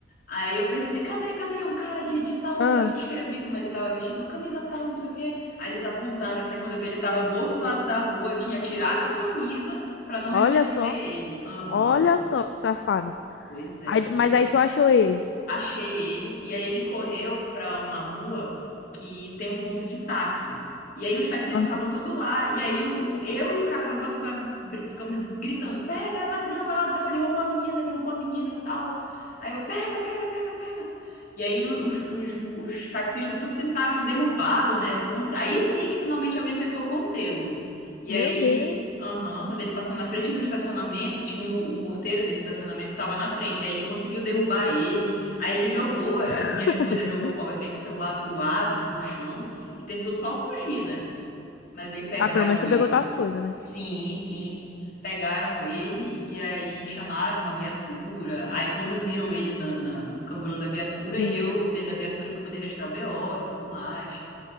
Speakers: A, on the left; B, on the left.
A: Aí eu perguntei, cadê, cadê um cara de, de tal?
B: Ah,
A: Eu descrevi como ele tava vestido, uma camisa tal, não sei o quê. Aí eles apontaram, assim, quando eu vi, ele tava do outro lado da rua, tinha tirado a camisa pra não
B: olha
A: reconhecer
B: só.
A: ele. Aham.
B: Olha só que safado.
A: Pois é,
B: Aí-
A: pra tu
B: mas
A: ver
B: aí tu achou ele.
A: achei ele, e aí ele correu pra uma rua que tem um ponto de táxi. E aí os taxistas
B: Aham.
A: estavam tudo lá, e aí o, o- eu e o cara da moto ficaram, bri- ficamos gritando: pega, é ladrão, é ladrão, ele roubou a menina, ele roubou a menina e tal. Aí eu: pega, pega, pega, pega. E aí o- os, os, os taxistas tudo tentaram derrubá-lo, né? Con- Aí sim que finalmente alguém tentou contê-lo. E
B: Meu
A: aí,
B: Deus.
A: aham, quando ele passou na frente do estacionamento, tinha o, o porteiro desse estacionamento estava na frente. Aí ele conseguiu derrubar ele. Aí ele jogou as
B: <laughs>
A: minhas coisas, jogou o powerbank celular pro lado, assim, no chão, e tentou só fugir, né? Mas aí pegaram
B: Ah, pelo menos tu
A: ele.
B: pegou tuas coisas, né?
A: Sim, sim. Pegaram ele e aí chamaram uma viatura. Aí conduziram ele na, na- no camburão da viatura
B: Sim.
A: e eu dentro da viatura para poder registrar o BO e tudo mais.